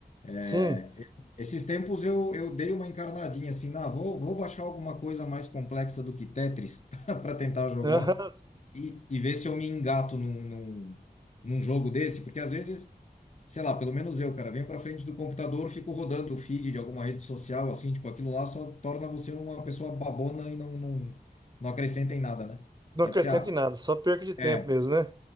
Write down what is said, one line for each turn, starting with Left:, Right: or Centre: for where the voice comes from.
Left: É,
Right: Sim.
Left: Esses tempos eu, eu dei uma encarnadinha assim, na vou, vou baixar alguma coisa mais complexa do que Tetris <laughs> para tentar jogar
Right: Aham, sim.
Left: e, e ver se eu me engato num, num, num jogo desse, porque às vezes sei lá, pelo menos eu, cara, venho pra frente do computador, fico rodando o feed de alguma rede social, assim, tipo, aquilo lá só torna você uma pessoa babona e não, não, não acrescenta em nada, né?
Right: Não
Left: Aí
Right: acrescenta
Left: você, ah,
Right: em nada, só perca de tempo
Left: é,
Right: mesmo, né?